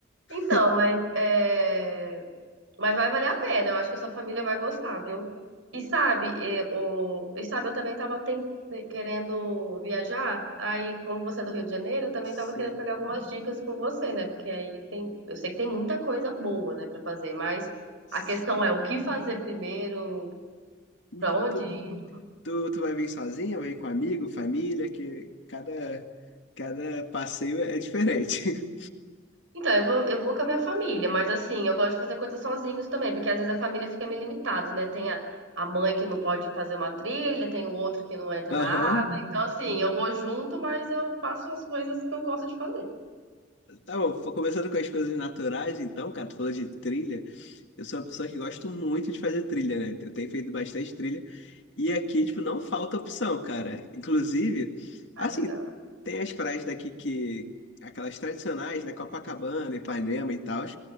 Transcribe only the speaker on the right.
Então,
mas, é... mas vai valer a pena. Eu acho que a sua família vai gostar, viu? E sabe, e, o... e sabe, eu também tava ten- querendo viajar. Aí, como você é do Rio de Janeiro, eu também
tava querendo pegar algumas dicas com você, né? Porque aí tem. Eu sei que tem muita coisa boa, né, pra fazer, mas
a questão é o que fazer primeiro,
pra onde
ir.
Então, eu vou, eu vou com a minha família, mas assim, eu gosto de fazer coisas sozinhos também, porque às vezes a família fica meio limitada, né? Tem a, a mãe que não pode fazer uma trilha, tem o outro que não entra
na
água. Então, assim, eu vou junto, mas eu faço as coisas que eu gosto de fazer.
Ah,
legal.